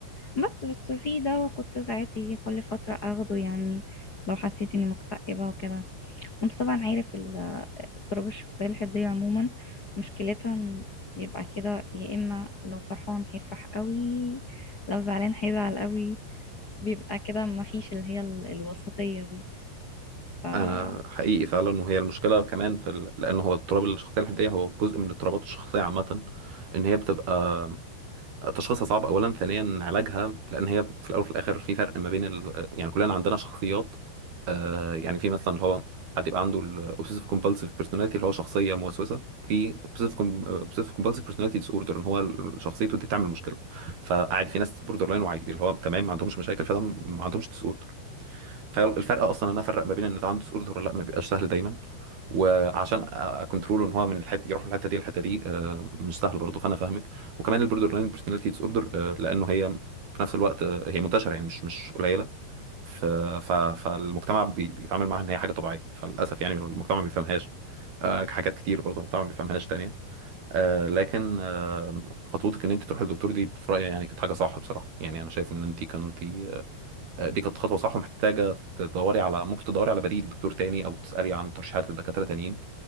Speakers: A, on the left (about 25°); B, on the right (about 60°).
A: بس بس في دواء كنت ساعات يجي كل فترة اخده يعني لو حسيت اني مكتئبة وكده وانت طبعا عارف ال- اضطراب الشخصية الحدية عموما مشكلتها إن يبقى كده يا اما لو فرحان هيفرح قوي لو زعلان هيزعل قوي بيبقى كده ما فيش اللي هي ال- الوسطية دي ف... آه.
B: انا حقيقي فعلا وهي المشكله كمان في ال... لان هو اضطراب الشخصيه الحديه هو جزء من اضطرابات الشخصيه عامه ان هي بتبقى تشخيصها صعب اولا ثانيا علاجها لان هي في الاول وفي الاخر في فرق ما بين ال... يعني كلنا عندنا شخصيات آه يعني في مثلا اللي هو حد يبقى عنده الاوبسيسيف كومبالسيف بيرسوناليتي اللي هو شخصيه موسوسه في اوبسيسيف كومبالسيف بيرسوناليتي ديس اوردر ان هو ال- شخصيته دي تعمل مشكله فعادي في ناس بوردر لاين وعادي اللي هو تمام ما عندهمش مشاكل فده ما عندهمش ديس فالفرق اصلا ان انا افرق ما بين ان ده عنده اوردر ولا لا ما بيبقاش سهل دايما وعشان اكونترول ان هو من الحته يروح من الحته دي للحته دي آه، مش سهل برضه فانا فاهمك وكمان البوردر لاين بيرسوناليتي ديس اوردر لانه هي في نفس الوقت آه، هي منتشره يعني مش مش قليله ف... ف... فالمجتمع بي- بيتعامل معاها ان هي حاجه طبيعيه فللاسف يعني المجتمع ما بيفهمهاش آه، حاجات كتير برضه المجتمع ما بيفهمهاش تانية آه، لكن آه، خطوتك ان انت تروح للدكتور دي في رايي يعني كانت حاجه صح بصراحه يعني انا شايف ان انت كنت آه، دي كانت خطوه صح ومحتاجه تدوري على ممكن تدوري على بديل دكتور تاني او تسالي عن ترشيحات لدكاتره تانيين